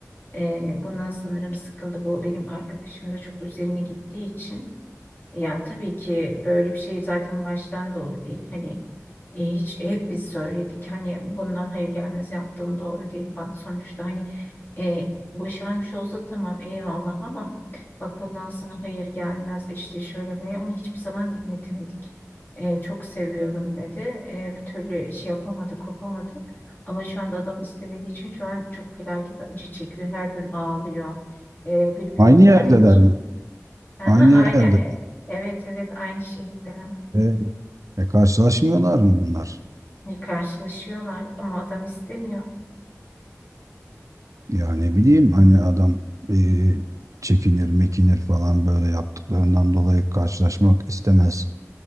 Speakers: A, on the left; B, on the right.
A: Ee, bundan sanırım sıkıldı. Bu benim arkadaşım da çok üzerine gittiği için. Ya tabii ki böyle bir şey zaten baştan doğru değil. Hani e, hiç hep biz söyledik hani bundan hayır gelmez yaptığın doğru değil. Bak sonuçta hani e, boşanmış olsa tamam eyvallah ama bak bundan sana hayır gelmez işte şöyle böyle onu hiçbir zaman dinletemedik. E, çok seviyorum dedi. E, bir türlü şey yapamadı kopamadı. Ama şu anda adam istemediği için şu an çok felaket acı çekiyor. Her gün ağlıyor. E, bir gün
B: Aynı yerdeler
A: yani
B: mi?
A: Aha,
B: Aynı
A: aynı.
B: yerde.
A: e, Evet evet aynı şehirdeler.
B: E, e, karşılaşmıyorlar mı bunlar?
A: E, Karşılaşıyorlar ama adam istemiyor.
B: Ya ne bileyim hani adam e, çekinir mekinir falan böyle yaptıklarından dolayı karşılaşmak istemez